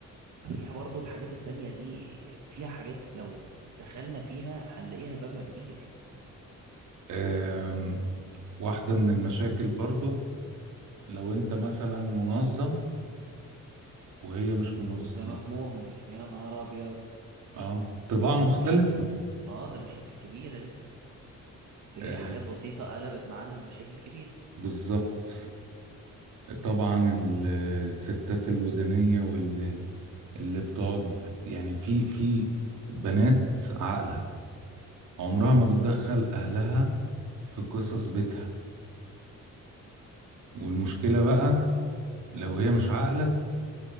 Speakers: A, on the right; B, on the right.
A: ففيها برضو الحاجات التانية دي فيها حاجات لو دخلنا فيها هنلاقيها بابها كبير
B: آم، واحدة من المشاكل برضو لو انت مثلا منظم وهي مش
A: واللي
B: منظمة
A: قدامك مهمل يا نهار ابيض
B: اه طباع مختلفة
A: ده مشاكل اه ده مشاكل كبيره دي تلاقي
B: آه
A: حاجات بسيطه قلبت معانا لمشاكل كبيره
B: بالظبط طبعا ال- الستات الودانية واللي اللي بتقعد يعني في في بنات عاقلة عمرها ما بتدخل أهلها في قصص بيتها والمشكلة بقى لو هي مش عاقلة